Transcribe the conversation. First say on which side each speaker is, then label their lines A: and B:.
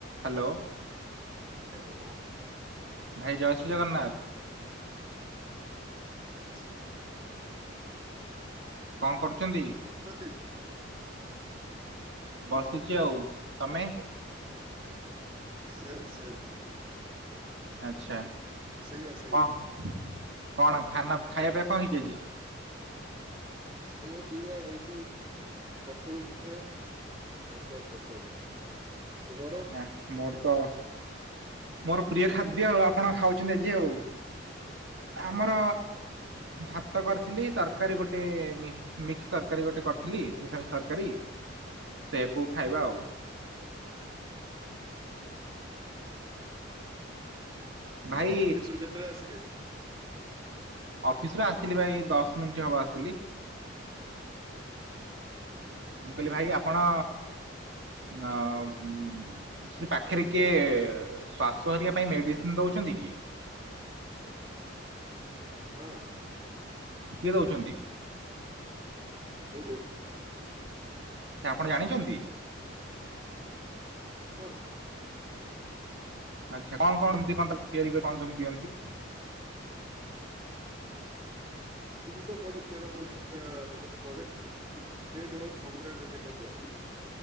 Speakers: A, on the right (about 65°); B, on the right (about 25°).
A: ହ୍ୟାଲୋ।
B: ହ୍ୟାଲୋ।
A: ଭାଇ ଜୟ ଶ୍ରୀ ଜଗନ୍ନାଥ।
B: <unintelligible>
A: କଣ କରୁଛନ୍ତି?
B: ଛନ୍ତି।
A: ବସିଛି। ଆଉ ତମେ?
B: Same same.
A: ଆଚ୍ଛା।
B: ସେଇଆ ସେଇଆ।
A: କଣ କଣ ଖାନା ଖାଇବା ପିଇବା କଣ ହେଇଚି ଆଜି?
B: ଖାଇବା ପିଇବା ହେଇଚି ଚକୁଳି ପିଠା, ମଟର ତରକାରୀ। ତୁମର?
A: ଆଁ ମୋର ତ ମୋର ପ୍ରିୟ ଖାଦ୍ୟ ଆଉ ଆପଣ ଖାଉଚନ୍ତି ଆଜି ଆଉ। ଆମର ଭା ତ କରିଥିଲି ତରକାରୀ ଗୋଟେ ମି ମିକ୍ସ ତରକାରୀ ଗୋଟେ କରିଥିଲି ମିଶାମିଶି ତରକାରୀ ସେଇଆକୁ ଖାଇବା ଆଉ। ଭାଇ
B: ଅଫିସି ରୁ କେତେବେଳେ ଆସିଲେ?
A: ଅଫିସରୁୁ ଆସିଥିଲି ଭାଇ ଦଶ ମିଣ୍ଟି ହବ ଆସିଲି। ମୁଁ କହିଲି ଭାଇ ଆପଣ ନ ଉଁ ସେଠି ପାଖେରେ କିଏ ଏ ଏ ଶ୍ଵାସ ହରିକା ପାଇଁ ମେଡିସିନ ଦଉଚନ୍ତି କି?
B: ହଁ
A: କିଏ ଦଉଚନ୍ତି?
B: ମୁଁ ଦଉଚି।
A: ଆଚ୍ଛା ଆପଣ ଜାଣିଚନ୍ତି?
B: ହଁ।
A: ଆଚ୍ଛା କଣ କଣ ଏମତି କଣ ତିଆରି କଣ କେମତି ଦଅନ୍ତି?
B: ଜିନିଷ ପଡ଼େ ଚେର ମୂଳି ଘରିକା ବହୁତ ପଡ଼େ ସେ କେବଳ ସଂକ୍ରାନ୍ତି ଦିନ ଦିଆହୁଏ।